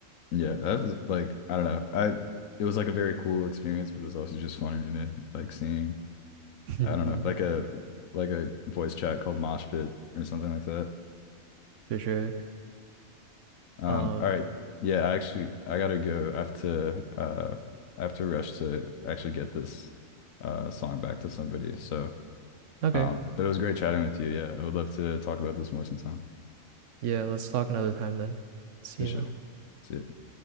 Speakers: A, on the left (about 75°); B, on the right (about 65°).
A: Yeah, that was like I don't know. I it was like a very cool experience, but it was also just funny to me, like seeing
B: <laughs>
A: I don't
B: Yeah,
A: know, like a like a voice chat called Mosh Pit or something like that.
B: for sure.
A: Um,
B: Um,
A: all right. Yeah, I actually I gotta go. I have to uh I have to rush to actually get this uh song back to somebody. So
B: Okay.
A: um but it was great chatting with you. Yeah, I would love to talk about this more sometime.
B: Yeah, let's talk another time then. See
A: For
B: you
A: sure.
B: now.
A: See ya.